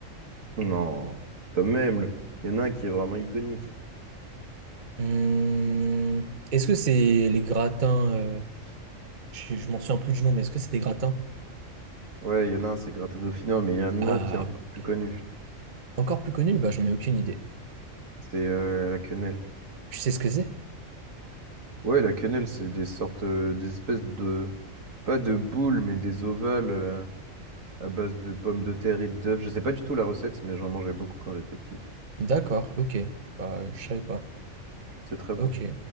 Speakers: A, on the right (about 80°); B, on the right (about 40°).
A: Non, quand même. le- Il y en a un qui est vraiment iconique.
B: Hum, Est-ce que c'est les gratins, euh, je, je m'en souviens plus du nom, mais est-ce que c'est des gratins
A: Ouais, il y en a un, c'est Gratta Dauphinois, mais il y en
B: Ah,
A: a un autre qui est encore plus
B: ok.
A: connu.
B: Encore plus connus? Bah, j'en ai aucune idée.
A: C'est euh, la quenelle.
B: Tu sais ce que c'est?
A: Ouais, la quenelle, c'est des sortes, euh, des espèces de, pas de boules, mais des ovales euh, à base de pommes de terre et d'œufs. Je sais pas du tout la recette, mais j'en mangeais beaucoup quand j'étais petit.
B: D'accord, ok. Bah, je savais pas.
A: C'est très bon.
B: Ok.